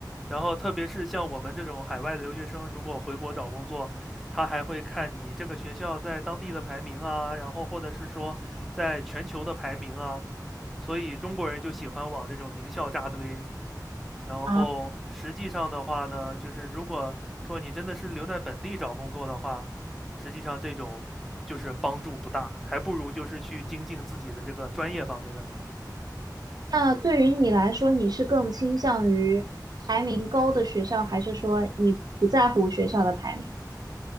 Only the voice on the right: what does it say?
啊，
那对于你来说，你是更倾向于排名高的学校，还是说你不在乎学校的排名？